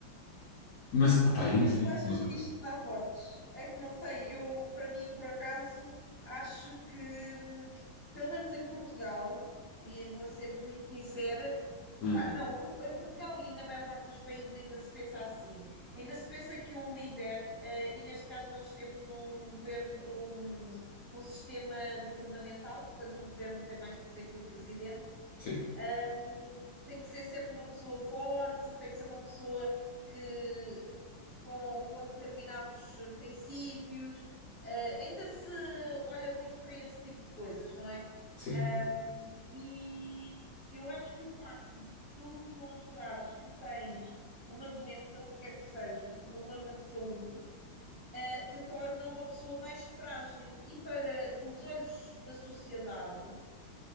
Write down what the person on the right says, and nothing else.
Mas tu achas que isto dá votos? É que não sei, eu, para mim, por acaso, acho que, hum, pelo menos em Portugal, e eu vou ser muito sincera,
epá, não, no- em Portugal e na maior parte dos países ainda se pensa assim. Ainda se pensa que um líder, eh, e neste caso nós temos um governo, um, um sistema governamental, portanto o governo tem mais poder que o presidente,
Hum, tem que ser sempre uma pessoa forte, tem que ser uma pessoa que com, com determinados princípios. Eh, ainda se olha muito para esse tipo de coisas, não é?
Ahm, e eu acho que o facto de tu demonstrares que tens uma doença, o que quer que seja, um problema de saúde, eh, te torna uma pessoa mais frágil. E para os olhos da sociedade,